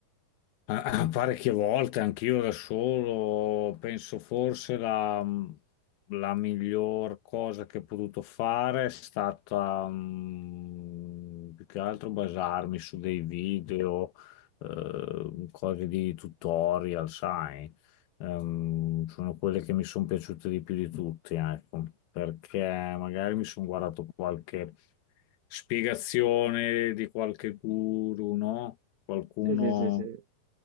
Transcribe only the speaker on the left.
Ah, ah, Parecchie volte, anch'io da solo, penso forse la, la miglior cosa che ho potuto fare è stata mm, più che altro basarmi su dei video, eh, cose di tutorial, sai. Ehm, sono quelle che mi sono piaciute di più di tutti, ecco, perché magari mi sono guardato qualche spiegazione di qualche guru, no? Qualcuno